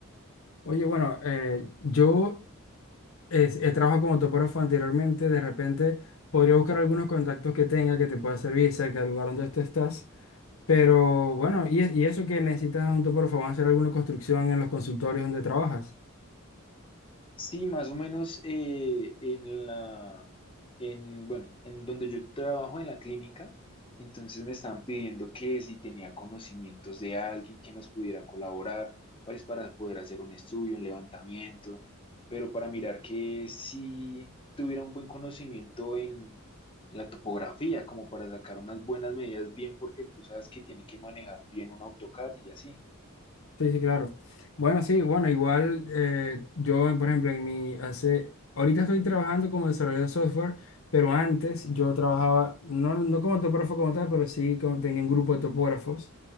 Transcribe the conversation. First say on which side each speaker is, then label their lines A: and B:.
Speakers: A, on the left; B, on the left.
A: Oye, bueno, eh, yo eh, he trabajado como topógrafo anteriormente, de repente podría buscar algunos contactos que tenga que te pueda servir cerca del lugar donde tú estás, pero bueno, y, y eso que necesitas un topógrafo, ¿van a hacer alguna construcción en los consultorios donde trabajas?
B: Sí, más o menos eh, en la, en, bueno, en donde yo trabajo en la clínica, entonces me estaban pidiendo que si tenía conocimientos de alguien que nos pudiera colaborar, pues para poder hacer un estudio, un levantamiento, pero para mirar que si tuviera un buen conocimiento en, en la topografía, como para sacar unas buenas medidas bien, porque tú sabes que tiene que manejar bien un AutoCAD y así.
A: Sí, sí, claro. Bueno, sí, bueno, igual eh, yo, por ejemplo, en mi hace, ahorita estoy trabajando como desarrollador de software, pero antes yo trabajaba, no, no como topógrafo como tal, pero sí como- tenía un grupo de topógrafos.